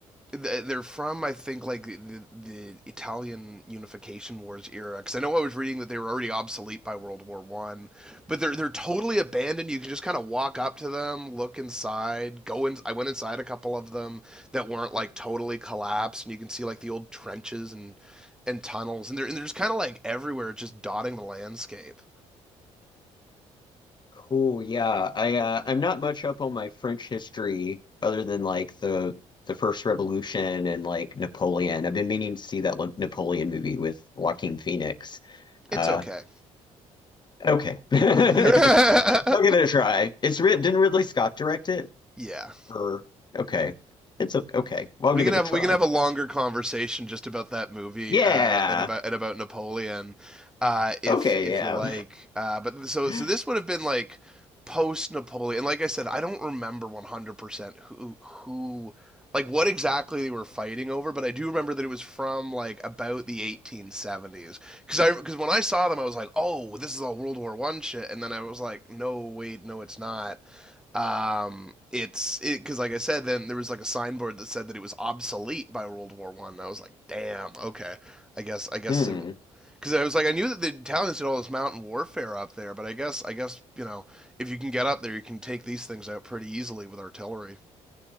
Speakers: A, in the centre; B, on the left.
A: they're from I think like the, the Italian Unification Wars era. Because I know I was reading that they were already obsolete by World War One, but they're they're totally abandoned. You can just kind of walk up to them, look inside, go in. I went inside a couple of them that weren't like totally collapsed, and you can see like the old trenches and and tunnels, and they're and they're just kind of like everywhere, just dotting the landscape.
B: Cool. Yeah. I uh, I'm not much up on my French history other than like the the First Revolution and like Napoleon. I've been meaning to see that like, Napoleon movie with Joaquin Phoenix.
A: It's
B: Uh,
A: okay.
B: okay. <laughs>
A: <laughs>
B: I'll give it a try. It's writ didn't Ridley Scott direct it?
A: yeah.
B: Or okay. It's o- okay. Well,
A: We
B: I'll give
A: can
B: it
A: have
B: a try.
A: we can have a longer conversation just about that movie
B: Yeah.
A: uh, and about and about Napoleon, uh, if
B: Okay,
A: if
B: yeah.
A: you like. Uh, but so
B: <laughs>
A: so this would have been like post Napoleon. Like I said, I don't remember one hundred percent who who like what exactly they were fighting over, but I do remember that it was from like about the 1870s. Because I because when I saw them, I was like, oh, this is all World War One shit, and then I was like, no, wait, no, it's not. Um, it's it because, like I said, then there was like a signboard that said that it was obsolete by World War One. I. I was like, damn, okay, I guess, I guess,
B: Hmm.
A: because I was like, I knew that the Italians did all this mountain warfare up there, but I guess, I guess, you know, if you can get up there, you can take these things out pretty easily with artillery.